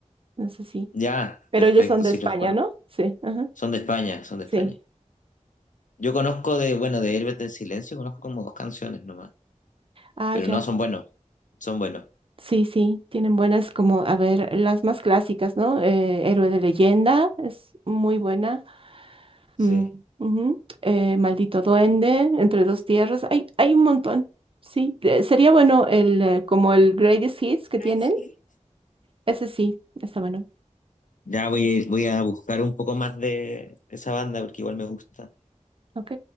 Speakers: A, on the right (about 45°); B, on the left (about 85°).
A: no sé si.
B: Ya,
A: Pero
B: perfecto,
A: ellos son de
B: sí
A: España,
B: los conozco.
A: ¿no? Sí, ajá.
B: Son de España, son de
A: Sí.
B: España. Yo conozco de, bueno, de Héroes del Silencio, conozco como dos canciones nomás,
A: Ah,
B: pero
A: ya.
B: no, son buenos, son buenos,
A: Sí, sí. Tienen buenas como, a ver, las más clásicas, ¿no? Eh, Héroe de Leyenda es muy buena. Mm,
B: sí.
A: ujú. Eh, Maldito Duende, Entre Dos Tierras. Hay, hay un montón. Sí, Eh, sería bueno el, eh, como el Greatest Hits que tienen.
B: Sí.
A: Ese sí, está bueno.
B: Ya voy, voy a buscar un poco más de esa banda porque igual me gusta.
A: Ok.